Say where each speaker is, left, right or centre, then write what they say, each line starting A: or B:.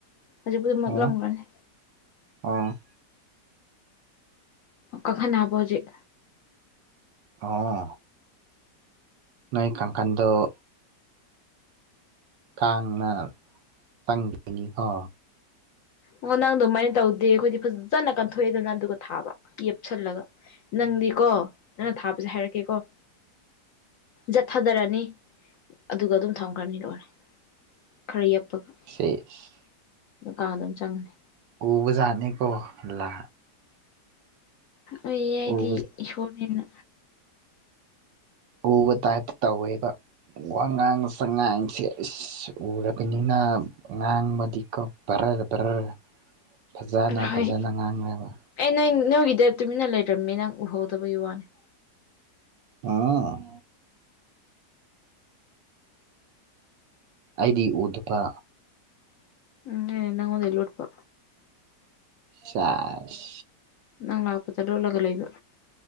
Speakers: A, on the left (about 65°); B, on the right (about 80°).
A: ꯍꯧꯖꯤꯛꯄꯨꯗꯤ ꯃꯨꯠꯂꯝꯒꯅꯤ
B: ꯑꯣ ꯑꯣ
A: ꯀꯪꯈꯟꯅꯕ ꯍꯧꯖꯤꯛ
B: ꯑꯣ ꯅꯣꯏ ꯀꯥꯡꯈꯟꯗ‌ꯣ ꯀꯥꯡꯅ ꯆꯪꯈꯤꯅꯤꯀꯣ
A: ꯑꯣ ꯅꯪ ꯑꯗꯨꯃꯥꯏꯅ ꯇꯧꯗꯦ ꯑꯩꯈꯣꯏꯗꯤ ꯐꯖꯅ ꯀꯟꯊꯣꯛꯑꯦꯗꯅ ꯑꯗꯨꯒ ꯊꯥꯕ ꯌ‌ꯦꯞꯁꯤꯜꯂꯒ ꯅꯪꯗꯤꯀꯣ ꯅꯪꯅ ꯊꯥꯕꯁꯦ ꯍꯥꯏꯔꯛꯀꯦꯀꯣ ꯖꯠ ꯊꯥꯗꯔꯅꯤ ꯑꯗꯨꯒ ꯑꯗꯨꯝ ꯊꯝꯈ꯭ꯔꯅꯤ ꯂꯣꯏꯔꯦ ꯈꯔ ꯌ‌ꯦꯞꯄꯒ
B: ꯁꯦꯁ
A: ꯀꯥꯡ ꯑꯗꯨꯝ ꯆꯪꯉꯅꯤ
B: ꯎꯕ ꯖꯥꯠꯅꯤꯀꯣ ꯂꯥ
A: ꯎꯏꯌꯦ ꯑꯩꯗꯤ
B: ꯎꯕ
A: ꯏꯁꯣꯔꯅꯤꯅ
B: ꯎꯕ ꯇꯥꯏ꯭ꯞꯇ ꯇꯧꯋꯦꯕ ꯋꯥꯉꯥꯡ ꯁꯉꯥꯡꯁꯦ ꯑꯁ ꯎꯔꯕꯅꯤꯅ ꯉꯥꯡꯕꯗꯤ ꯀꯣ ꯗ꯭ꯔꯔ ꯗ꯭ꯔ ꯐꯖꯅ
A: ꯍꯣꯏ
B: ꯐꯖꯅ ꯉꯥꯡꯉ‌ꯦꯕ
A: ꯑꯩ ꯅꯪ ꯅꯪꯒꯤꯗ ꯇꯨꯃꯤꯟꯅ ꯂꯩꯔꯝꯃꯤ ꯅꯪ ꯎꯍꯧꯗꯕꯩ ꯋꯥꯅꯤ
B: ꯎꯪ ꯑꯩꯗꯤ ꯎꯗꯕ
A: ꯎꯝꯅꯦ ꯅꯉꯣꯟꯗꯩ ꯂꯣꯠꯄ
B: ꯁ‌ꯦꯁ
A: ꯅꯪ ꯂꯥꯛꯄꯗ ꯂꯣꯠꯂꯒ ꯂꯩꯕ